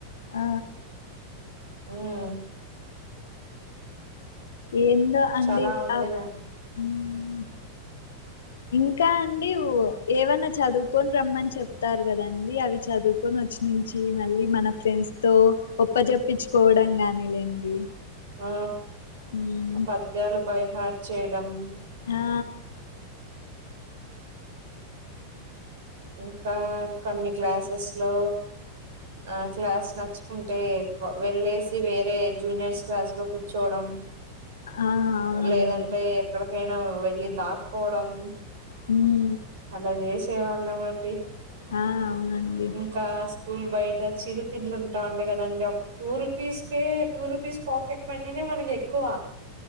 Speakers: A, on the left; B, on the right.
A: ఆ
B: మ్
A: ఎందో అండి
B: చాలా ఉండేది
A: ఆ మ్మ్. ఇంకా అండి ఉ ఏమన్నా చదువుకొని రమ్మని చెప్తారు కదండి అవి చదువు కొని వచ్చి నుంచి మళ్ళీ మన ఫ్రెండ్స్ తో ఒప్పజప్పించుకోవడం గాని లేండి
B: ఆ
A: హ
B: ఆ పద్యాలు బైహాడ్ చేయడం
A: ఆా
B: ఇంకా కొన్ని క్లాసెస్ లో ఆ క్లాస్ నచ్చుకుంటే వెళ్ళేసి వేరే జూనియర్స్ క్లాస్ లో కూర్చోవడం
A: ఆ అవునండి
B: లేదంటే ఎక్కడికైనా వెళ్ళి దాక్కోవడం
A: మ్
B: అలా జేసేవాళ్ళం అండి.
A: ఆ అవునండి.
B: కా స్కూల్ బయట, చిరుతిండ్లు ఉంటా ఉండే కదండి అప్పుడ్ టూ రూపీస్కే, టూ రూపీస్ పాకెట్ మనీనే మనకి ఎక్కువ.